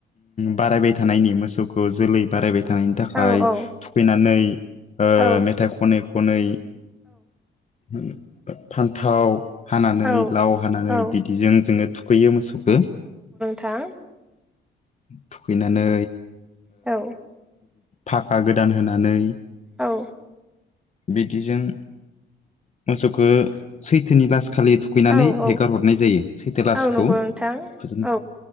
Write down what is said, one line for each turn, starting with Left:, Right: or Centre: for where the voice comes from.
Left: बारायबाय थानायनि मोसौखौ जोलै बारायबाय थ थानायनि थाखाय
Centre: औ औ
Left: थुखैनानै
Centre: औ
Left: मेथाइ खनै खनै उम फान्थाव हानानै
Centre: औ
Left: लाव हानानै
Centre: औ
Left: बिदिजों जोङो थुखैयो मोसौखौ
Centre: थां
Left: थुखैनानै
Centre: औ
Left: थाखा गोदान होनानै
Centre: औ
Left: बिदिजों मोसौखौ सैथोनि लास खालि थुखैनानै
Centre: औ
Left: हेगार
Centre: औ
Left: हरनाय जायो सैथेलासखौ
Centre: औ नंगौ
Left: फोजोबनो
Centre: नोंथां औ